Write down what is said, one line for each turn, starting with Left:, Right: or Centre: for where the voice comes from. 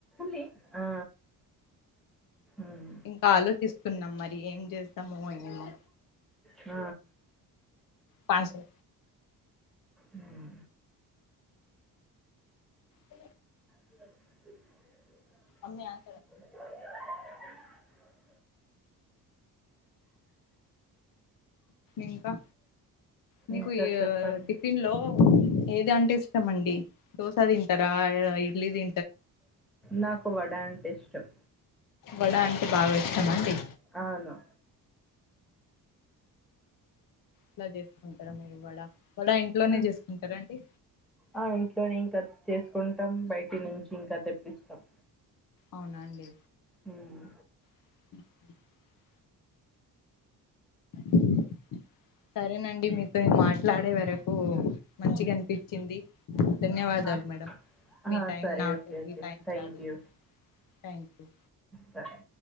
Centre: లే ఆ మ్మ్
Left: ఇంకా ఆలోచిస్తున్నాం మరి ఏం చేస్తామో ఏమో
Centre: ఆ
Left: పాశం
Centre: ఉం
Left: అ
Centre: సరే
Left: అమ్మ <unintelligible>
Centre: <inaudible>
Left: ఇంకా మీకు
Centre: ఇంకా
Left: ఈ
Centre: చెప్పండి
Left: టిఫిన్ లో ఏది అంటే ఇష్టమండి దోస తింటారా ఇడ్లీ తి
Centre: నాకు వడ అంటే ఇష్టం
Left: వడ అంటే బాగా ఇష్టమా అండి
Centre: అవును
Left: ఇలా చేసుకుంటారా మీరు వడ వడ ఇంట్లోనే
Centre: ఉమ్.
Left: చేసుకుంటారా అండి
Centre: ఆ ఇంట్లోనే ఇంకా చేసుకుంటాం బయటి నుంచి ఇంకా తెప్పిస్తాం
Left: అవునా అండి
Centre: ఉమ్
Left: <inaudible> <inaudible> సరేనండి మీతోని మాట్లాడే వరకు మంచిగా అనిపించ వచ్చింది ధన్యవాదాలు
Centre: ఆ
Left: మేడం
Centre: ఆ
Left: మీ టైం
Centre: సరే
Left: నాకు
Centre: ఓకే
Left: కేటాయించారు
Centre: ఓకే థ్యాంక్ యూ
Left: థ్యాంక్ యూ
Centre: సరే